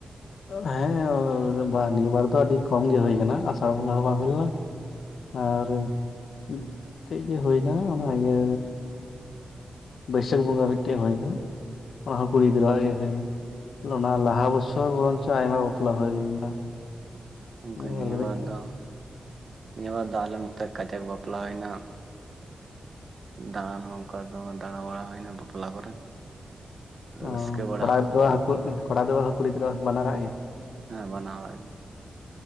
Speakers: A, on the left; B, on the right.
A: ᱦᱮᱸ ᱱᱤᱭᱟᱹ ᱵᱟᱨ ᱫᱚ ᱟᱹᱰᱤ ᱠᱚᱢ ᱜᱮ ᱦᱩᱭ ᱠᱟᱱᱟ ᱟᱥᱟᱲ ᱵᱚᱸᱜᱟ ᱦᱚᱸ ᱵᱟᱝ ᱦᱩᱭ ᱞᱮᱱᱟ, ᱟᱨ ᱢᱤᱫᱴᱮᱢᱽ ᱜᱮ ᱦᱩᱭᱱᱟ ᱚᱱᱟ ᱤᱭᱟᱹ ᱵᱟᱹᱭᱥᱟᱹᱠ ᱵᱚᱸᱜᱟ ᱢᱤᱫᱴᱮᱡ ᱦᱩᱭᱱᱟ ᱚᱱᱟ ᱦᱚᱸ ᱠᱩᱲᱤ ᱜᱤᱫᱽᱨᱟᱹᱣᱟᱜ ᱜᱮ ᱦᱩᱭ ᱱᱟ ᱞᱚᱱᱱᱟ ᱞᱟᱦᱟ ᱵᱚ ᱥᱚᱨ ᱵᱚᱨᱚᱧᱪᱚ ᱟᱭᱢᱟ ᱵᱟᱯᱞᱟ ᱦᱩᱭ ᱞᱮᱱᱟ᱾
B: ᱜᱚᱢᱠᱮ
A: ᱱᱤᱭᱟᱹ ᱵᱟᱨ
B: ᱱᱤᱵᱟᱨ
A: ᱢᱤᱫᱴᱮᱱ
B: ᱫᱚ, ᱱᱤᱭᱟᱹᱵᱟᱨ ᱫᱚ ᱟᱞᱮ ᱱᱚᱱ ᱛᱮ ᱠᱟᱡᱟᱠ ᱵᱟᱯᱞᱟ ᱦᱩᱭᱱᱟ᱾ ᱫᱟᱬᱟᱱ ᱦᱚᱸ ᱚᱝᱠᱟ ᱫᱚᱢᱮ ᱫᱟᱬᱟ ᱵᱟᱲᱟ ᱦᱩᱭᱱᱟ ᱵᱟᱯᱞᱟ ᱠᱚᱨᱮ᱾
A: ᱚᱸ
B: ᱨᱟᱹᱥᱠᱟᱹ ᱵᱟᱲᱟ
A: ᱠᱚᱲᱟ ᱜᱤᱫᱽᱨᱟᱹᱣᱟᱜ ᱦᱚᱸ ᱠᱚᱲᱟ ᱜᱤᱫᱽᱨᱟᱹᱣᱟᱜ ᱦᱚᱸ ᱠᱩᱲᱤ ᱜᱤᱫᱽᱨᱟᱹᱣᱟᱜ ᱦᱚᱸ ᱵᱟᱱᱟᱨᱟᱜ ᱜᱮ?
B: ᱦᱮᱸ ᱵᱟᱱᱟ ᱦᱚᱲᱟᱜ ᱜᱮ᱾